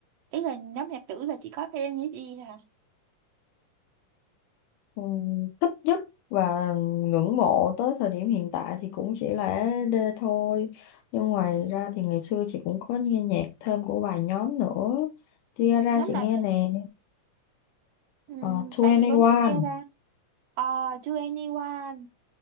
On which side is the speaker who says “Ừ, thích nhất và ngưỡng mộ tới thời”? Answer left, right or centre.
Left